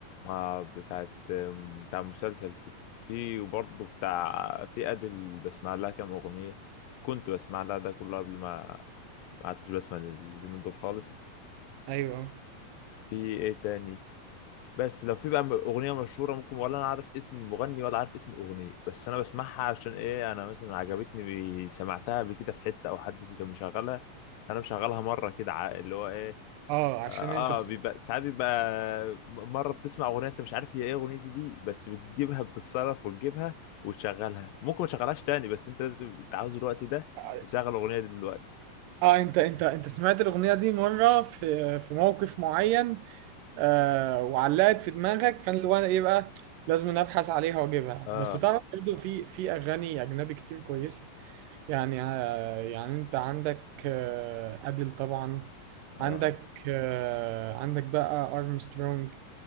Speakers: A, on the left (about 85°); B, on the right (about 80°).
A: آه بتاعت بتاع مسلسل كده في وبرضه بتاع في أدل بسمع لها كام أغنية بس كنت بسمع لها ده كله قبل ما ما عدتش بسمع اليومين دول خالص
B: أيوه
A: في إيه تاني بس لو في بقى أغنية مشهورة ممكن ولا أنا عارف اسم المغني ولا عارف اسم الأغنية بس أنا بسمعها عشان إيه أنا مثلا عجبتني سمعتها قبل كده في حتة أو حد كان مشغلها أنا مشغلها مرة كده ع- اللي هو إيه
B: اه عشان
A: اه
B: انت س...
A: آه، بيبقى ساعات بيبقى مره بتسمع اغنيه انت مش عارف هي ايه اغنيتي دي بس بتجيبها بتتصرف وتجيبها وتشغلها ممكن ما تشغلهاش تاني بس انت لازم انت عاوز الوقت ده
B: اه
A: تشغل الاغنيه دي دلوقتي
B: آه، انت انت انت سمعت الاغنيه دي مره في في موقف معين آه وعلقت في دماغك فانا اللي هو انا ايه بقى لازم أنا ابحث عليها واجيبها
A: اه
B: بس تعرف برضه في في اغاني اجنبي كتير كويسه يعني آه يعني انت عندك آه اديل طبعا عندك
A: اه
B: آه عندك بقى ارمسترونج